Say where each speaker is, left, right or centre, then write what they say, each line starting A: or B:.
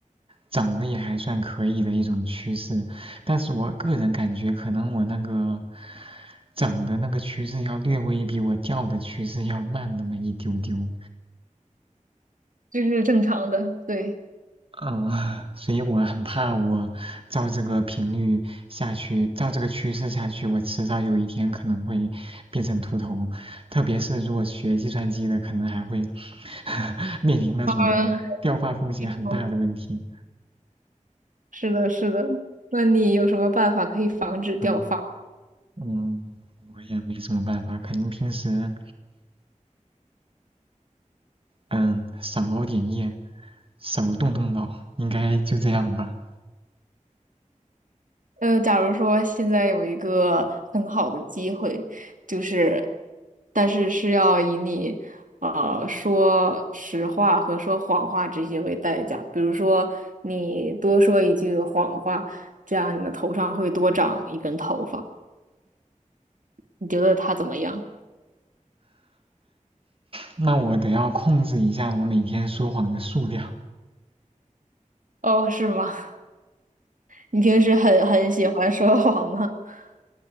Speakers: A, on the right; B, on the right.
A: 长得也还算可以的一种趋势，但是我个人感觉可能我那个长的那个趋势要略微比我掉的趋势要慢那么一丢丢。
B: 这是正常的，对，
A: 嗯，呃所以我很怕，我照这个频率下去，照这个趋势下去，我迟早有一天可能会变成秃头。特别是如果学计算机的，可能还会 <laughs> 面临那种掉发风险很大的问题。
B: 嗯，好是的，是的。那你有什么办法可以防止掉发？
A: 嗯嗯，我也没什么办法，可能平时嗯少熬点夜，少动动脑，应该就这样吧。
B: 呃，假如说现在有一个很好的机会，就是，但是是要以你呃说实话和说谎话这些为代价。比如说，你多说一句谎话，这样你的头上会多长一根头发。你觉得他怎么样？
A: 那我得要控制一下我每天说谎的数量。
B: 哦，是吗？<laughs> 你平时很很喜欢说谎吗？<laughs>